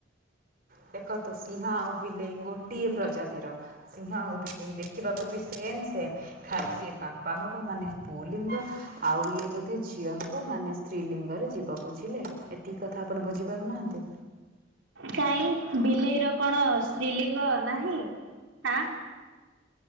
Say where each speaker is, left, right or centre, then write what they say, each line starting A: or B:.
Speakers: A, on the right; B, on the right.
A: ଦେଖନ୍ତୁ ସିଂହ ଆଉ ବିଲେଇ ଗୋଟିଏ ପ୍ରଜାତିର। ସିଂହ ଆଉ ବିଲେଇ ଦେଖିବାକୁ ବି ସେମ ସେମ୍। ଖାଲି ସିଏ ବାପା ହବ ମାନେ ପୁଲିଙ୍ଗ ଆଉ ଇଏ ବୋଧେ ଝିଅ ହବ ମାନେ ସ୍ତ୍ରୀ ଲିଙ୍ଗରେ ଯିବ। ବୁଝିଲେ ଏତିକି କଥା ଆପଣ ବୁଝି ପାରୁନାହାନ୍ତି?
B: କାଇଁ ବିଲେଇ ର କଣ ସ୍ତ୍ରୀଲିଙ୍ଗ ନାହିଁ? ଆଁ